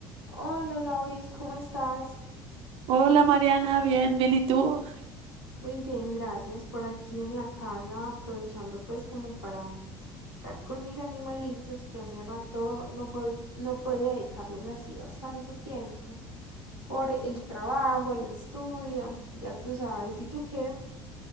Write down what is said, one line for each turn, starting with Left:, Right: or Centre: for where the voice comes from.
Left: Hola Lauris, ¿cómo estás?
Right: Hola Mariana, bien, bien, ¿y tú?
Left: Muy bien, gracias. Por aquí en la casa, aprovechando pues como para estar con mis animalitos que hace rato no, pod- no podía dedicarlos así bastante tiempo. Por el trabajo, el estudio, ya tú sabes. ¿Y tú qué?